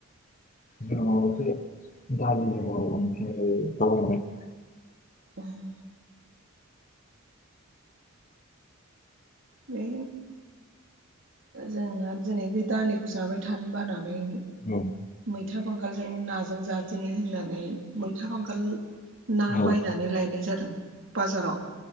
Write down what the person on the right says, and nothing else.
उम बे जोंहा दिनै बे दालिखौ जाबाय थानो बानानै
मैथा बांगालजों नाजों जादेनि होननानै मैथा बांगाल ना
बायनानै नानै लायनाय जादों बाजाराव।